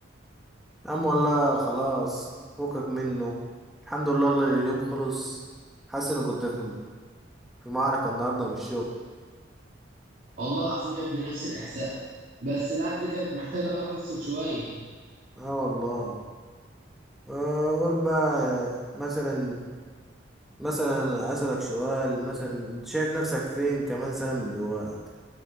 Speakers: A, in the centre; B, on the right (about 45°).
A: يا عم والله خلاص فكك منه الحمد لله اللي اليوم خلص حاسس اني كنت في في معركة النهاردة من الشغل
B: والله العظيم يا ابني نفس الاحساس بس الأب دي كانت محتاجه الواحد يفصل شويه
A: اه والله آه قول بقى مثلا مثلا اسألك سؤال مثلا انت شايف نفسك فين كمان سنة من دلوقتي